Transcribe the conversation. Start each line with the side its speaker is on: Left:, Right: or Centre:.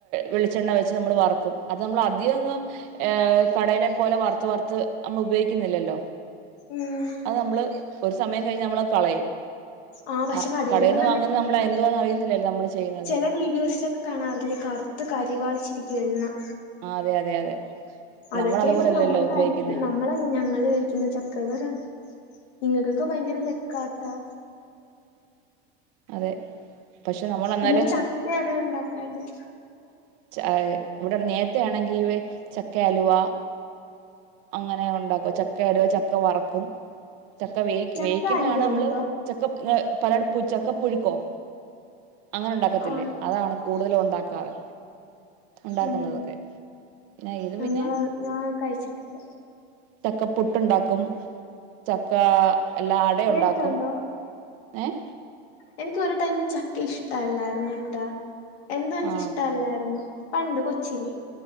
Right: വെളിച്ചെണ്ണ വെച്ച് നമ്മൾ വറുക്കും അത് നമ്മൾ അധികംങ്ങ് ഏഹ് കടയിലെ പോലെ വറുത്ത് വറുത്ത് നമ്മൾ ഉപയോഗിക്കുന്നില്ലല്ലോ
Left: ഉം
Right: അത് നമ്മള് ഒരു സമയം കഴിഞ്ഞ നമ്മളത് കളയും
Left: ആ പക്ഷെ
Right: ആഹ്
Left: കടയിലൊക്കെ
Right: കടേന്ന് വാങ്ങുന്നത് നമ്മൾ എന്തുവാന്ന് അറിയുന്നില്ലല്ലോ നമ്മള് ചെയ്യുന്നത്
Left: ചെല വീഡിയോസിലൊക്കെ കാണാറില്ലേ കറുത്ത് കരിവാളിച്ചിരിക്കുവ എണ്ണ
Right: ആഹ് അതെ അതെ അതെ
Left: അതൊക്കെ
Right: നമ്മൾ അതുപോലെല്ലല്ലോ
Left: ആയിരിക്കും നമ്മള് കഴി
Right: ഉപയോഗിക്കുന്നേ
Left: നമ്മളല്ല ഞങ്ങള് കഴിക്കുന്ന ചക്കവറ നിങ്ങക്കൊക്കെ ഭയങ്കര ലക്കാട്ടാ
Right: അതെ പക്ഷെ നമ്മൾ എന്നാലും
Left: പിന്നെ ചക്ക അട ഉണ്ടാക്കാലോ
Right: ച്ച ആയെ ഇവിടെ നേരത്തേ ആണെങ്കി ഇവെ ചക്ക അലുവ അങ്ങനാ ഉണ്ടാക്കുവാ ചക്ക അലുവ ചക്ക വറക്കും ചക്ക വേയിക്കും
Left: ചക്ക
Right: വേയിക്ക്ന്ന്
Left: അലുവ
Right: ആണ് അമ്മള്
Left: ഉണ്ടോ
Right: ചക്ക ഇങ്ങള് പലട് പ്പു ചക്കപ്പുഴുക്കോ അങ്ങനെ ഉണ്ടാക്കത്തില്ലേ
Left: ആഹ്
Right: അതാണ് കൂടുതലും ഉണ്ടാക്കാറ് ഒണ്ടാക്കുന്നതൊക്കെ
Left: ഉം
Right: പിന്നെ ഇത്
Left: ഞങ്ങള്
Right: പിന്നെ
Left: ഞാൻ കഴിച്ചിട്ടില്ല
Right: ചക്ക പുട്ടുണ്ടാക്കും ചക്ക എല്ലാ അടയൊണ്ടാക്കും
Left: ടേസ്റ്റ് ഉണ്ടോ
Right: ഏഹ്
Left: എനിക്ക് ഒരു ടൈമി ചക്ക ഇഷ്ട അല്ലാരുന്നു ട്ടാ എന്തോ എനിക്കിഷ്ട
Right: ആ
Left: അല്ലായിരുന്നു പണ്ട് കൊച്ചില്